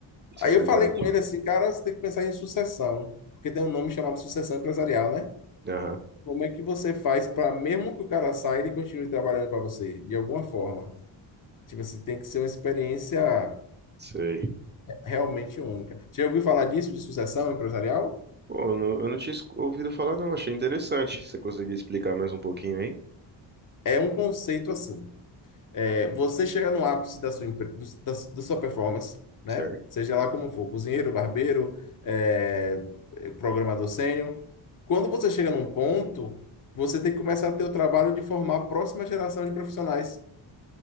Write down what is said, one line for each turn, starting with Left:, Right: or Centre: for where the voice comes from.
Right: isso
Left: Aí
Right: é verdade.
Left: eu falei com ele assim, cara, você tem que pensar em sucessão, porque tem um nome chamado sucessão empresarial, né?
Right: Aham,
Left: Como é que você faz para, mesmo que o cara saia, ele continue trabalhando para você, de alguma forma? Tipo assim, tem que ser uma experiência
Right: sei.
Left: realmente única. Já ouviu falar disso, de sucessão empresarial?
Right: Pô, eu não, eu não tinha escu- ouvido falar, não. Achei interessante. Você conseguia explicar mais um pouquinho aí?
Left: É um conceito assim. É, você chega no ápice da sua, empre- do- da, da sua performance, né?
Right: Certo.
Left: Seja lá como for, cozinheiro, barbeiro, é, é, programador sênior. Quando você chega num ponto, você tem que começar a ter o trabalho de formar a próxima geração de profissionais.